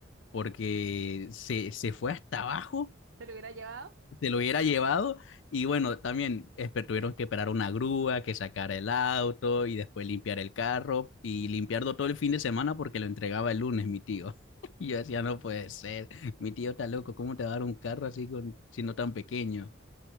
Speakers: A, on the left (about 80°); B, on the right (about 75°).
A: porque se, se fue hasta abajo
B: ¿te lo hubiera llevado?
A: se lo hubiera llevado y bueno, también esper- tuvieron que esperar una grúa, que sacara el auto y después limpiar el carro y limpiarlo todo el fin de semana porque lo entregaba el lunes mi tío. <laughs> Y yo decía, no puede ser, mi tío está loco, ¿cómo te va a dar un carro así con, siendo tan pequeño?